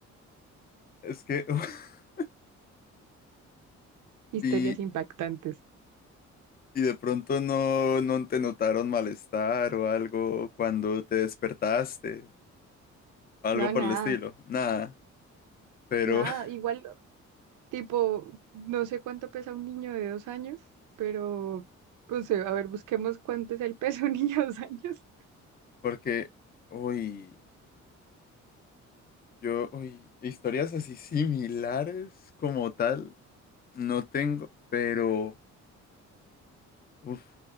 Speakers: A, on the left; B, on the right.
A: es que... <laughs>
B: Historias
A: Y,
B: impactantes.
A: y de pronto no, no te notaron malestar o algo cuando te despertaste, algo
B: No,
A: por
B: nada.
A: el estilo, nada, pero
B: Nada,
A: <laughs>
B: igual Tipo, no sé cuánto pesa un niño de dos años, pero, pues, eh, a ver, busquemos cuánto es el peso de un niño de dos años.
A: porque, uy. Yo, uy, historias así similares como tal, no tengo, pero uf,